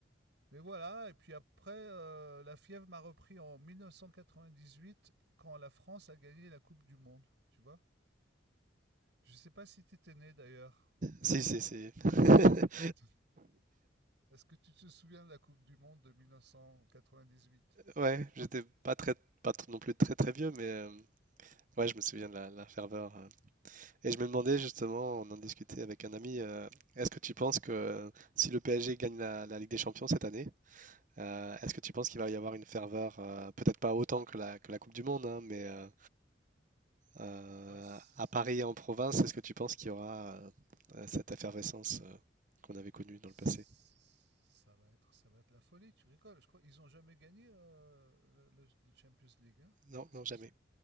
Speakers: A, on the right; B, on the right.
A: Mais voilà, et puis après, euh, la fièvre m'a repris en 1998 quand la France a gagné la Coupe du Monde, tu vois. Je sais pas si tu étais né d'ailleurs.
B: Si, si, si. <laughs>
A: Tu te- Est-ce que tu te souviens de la Coupe du Monde de 1998
B: Ouais, j'étais pas très, pas tr- non plus très très vieux, mais euh, ouais, je me souviens de la, la ferveur. euh. Et je me demandais justement, on en discutait avec un ami, euh, est-ce que tu penses que euh, si le PSG gagne la, la Ligue des Champions cette année, euh, est-ce que tu penses qu'il va y avoir une ferveur, euh, peut-être pas autant que la, que la Coupe du Monde, hein, mais euh, euh,
A: Ah ouais, c-
B: à Paris et en province, est-ce que tu penses qu'il y aura euh, euh, cette effervescence euh, qu'on avait connue dans
A: ça
B: le passé?
A: va être, ça va être la folie, tu rigoles. Je crois qu'ils n'ont jamais gagné euh, le, le- le Champions League, hein, il
B: Non, non,
A: il
B: jamais.
A: me semble.